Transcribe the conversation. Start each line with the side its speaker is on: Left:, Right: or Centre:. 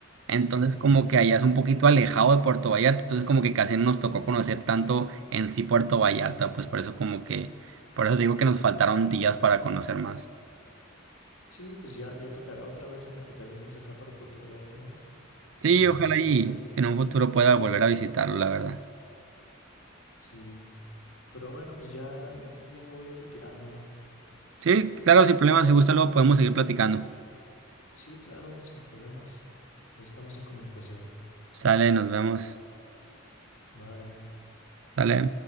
Right: Entonces
Left: Sí, sí, sí.
Right: como que allá es un poquito alejado de Puerto Vallarta, entonces como que casi no nos tocó conocer tanto en sí Puerto Vallarta, pues por eso como que, por eso digo que nos faltaron días para conocer más.
Left: Sí, pues ya, ya tocará otra vez en la que te avientes acá para Puerto Vallarta, ¿no?
Right: Sí,
Left: Y ya
Right: ojalá
Left: te,
Right: y
Left: te-
Right: en un futuro pueda volver a visitarlo, la verdad.
Left: Sí, pero bueno, pues ya, yo creo que ya me voy a ir retirando, Omar.
Right: Sí, claro, sin problema, si gusta luego podemos seguir platicando.
Left: Sí, claro, sin problemas. Ahí estamos en comunicación.
Right: Sale, nos vemos.
Left: Bye.
Right: Sale.